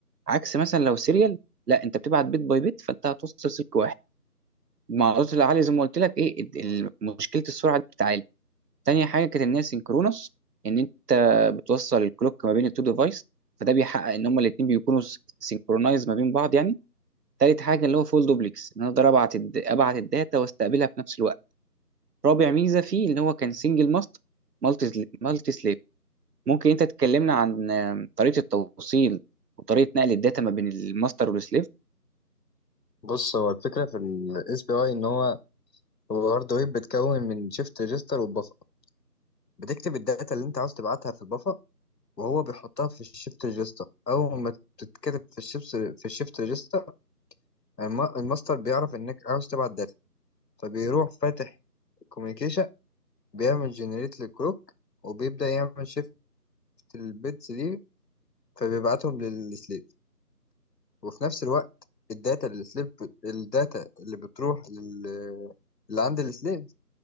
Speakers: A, on the right (about 75°); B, on the left (about 90°).
A: عكس مثلا لو سيريال لا انت بتبعت بيت باي بيت فانت هتوصل سلك واحد مع عرضة العالية زي ما قلت لك ايه ال- ال- مشكلة السرعة دي بتتعالج تاني حاجة كانت ان هي سينكرونس ان انت بتوصل الكلوك ما بين التو ديفايس فده بيحقق ان هما الاتنين بيكونوا سينكرونايز ما بين بعض يعني تالت حاجة اللي هو فول دوبلكس ان انا اقدر ابعت الد- ابعت الداتا واستقبلها في نفس الوقت رابع ميزة فيه ان هو كان سنجل ماستر مالتي مالتي سليف ممكن انت تكلمنا عن آم، طريقة التوصيل وطريقة نقل الداتا ما بين الماستر والسليف
B: بص هو الفكرة في ال SPI إن هو هو هارد ويب بتكون من شيفت ريجستر والبفر بتكتب الداتا اللي أنت عاوز تبعتها في البفر وهو بيحطها في الشيفت ريجستر أول ما تتكتب في الشيفت في الشيفت ريجستر الم- الماستر بيعرف إنك عاوز تبعت داتا فبيروح فاتح الكوميونيكيشن بيعمل جنريت للكروك وبيبدأ يعمل شيفت البيتس دي فبيبعتهم للسليف وفي نفس الوقت الداتا اللي السليف الداتا اللي بتروح لل اللي عند السليف